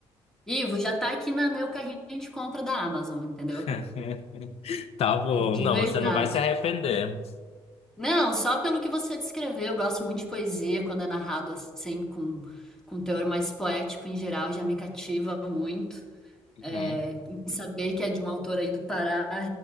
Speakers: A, in the centre; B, on the left (about 65°).
A: Ivo já tá aqui na meu carrinho de compra da Amazon, entendeu?
B: <laughs> Tá bom,
A: De
B: não,
A: verdade.
B: você não vai se arrepender.
A: Não, só pelo que você descreveu, eu gosto muito de poesia, quando é narrado assim, com, com um teor mais poético em geral, já me cativa muito.
B: Uhum.
A: É, em saber que é de uma autora aí do Pará,